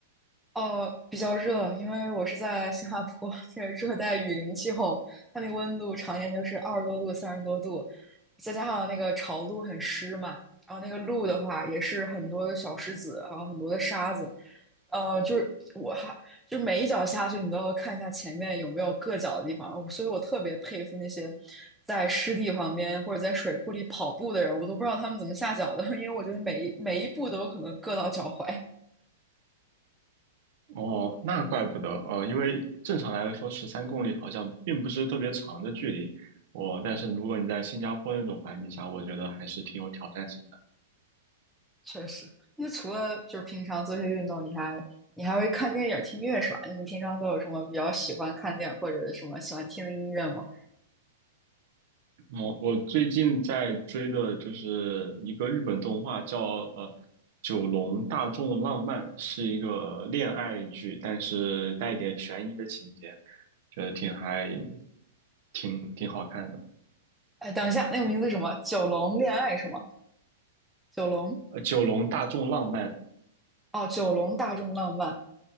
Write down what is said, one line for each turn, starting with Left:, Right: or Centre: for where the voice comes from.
Centre: 呃，比较热，因为我是在新加坡，这是热带雨林气候，它那个温度常年就是二十多度、三十多度，再加上那个潮路很湿嘛，然后那个路的话也是很多的小石子，还有很多的沙子，呃，就是我还就是每一脚下去，你都要看一下前面有没有硌脚的地方，所以我特别佩服那些在湿地旁边或者在水库里跑步的人，我都不知道他们怎么下脚的，因为我觉得每一每一步都有可能硌到脚踝。
Right: 哦，那怪不得，呃，因为正常来说十三公里好像并不是特别长的距离，我、但是如果你在新加坡那种环境下，我觉得还是挺有挑战性的。
Centre: 确实。那除了就是平常做些运动，你还你还会看电影、听音乐是吧？你平常都有什么比较喜欢看电影或者什么喜欢听的音乐吗？
Right: 哦，我最近在追的就是一个日本动画叫呃《九龙大众浪漫》，是一个恋爱剧，但是带一点悬疑的情节，觉得挺还挺挺好看的。
Centre: 哎，等一下，那个名字什么？九龙恋爱是吗？九龙
Right: 呃，九龙大众浪漫，
Centre: 哦，九龙大众浪漫。